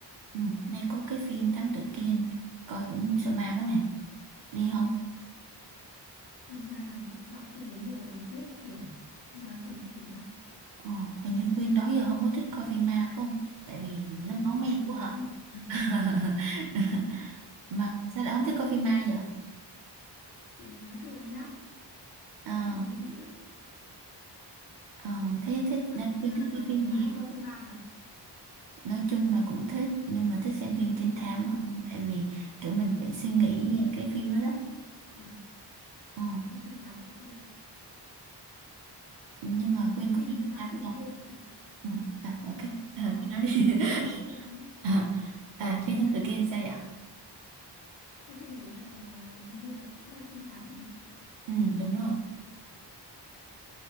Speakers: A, on the right (about 80°); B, on the left (about 65°).
A: Ừ, nay có cái phim Thám Tử Kiên, coi cũng sợ ma quá nè. Đi không?
B: phim ma thì hơi sợ phim đấy nhiều tình tiết kiểu ma quỷ các thứ á
A: Ờ, hình như Quyên đó giờ không có thích coi phim ma phải không? Tại vì
B: không
A: nó
B: thích
A: máu me
B: coi phim
A: quá
B: ma
A: hả?
B: <laughs>
A: <laughs> Mà sao lại không thích coi phim ma vậy?
B: thì nói chung là nhát
A: Ờ,
B: yếu vía
A: ờ, thế thích
B: bạn
A: nên
B: à,
A: Quyên thích coi phim gì?
B: bạn hay coi phim ma hả
A: Nói chung là cũng thích, nhưng mà thích xem phim trinh thám hơn. Tại vì kiểu mình phải suy nghĩ về cái phim đó đó.
B: à,
A: Ờ,
B: phim trinh thám ok
A: nhưng mà Quyên
B: cái
A: có
B: phim
A: phim trinh
B: thám
A: thám
B: tử
A: không?
B: kiên
A: Ừ, à, ok. À,
B: ờ,
A: cứ nói đi.
B: Trâm
A: <laughs>
B: nói đi Trâm nói đi
A: À, à, phi thân tự kiên sao vậy?
B: cái phim đấy là hình như là cũng là trinh thám đúng không?
A: Ừ, đúng rồi.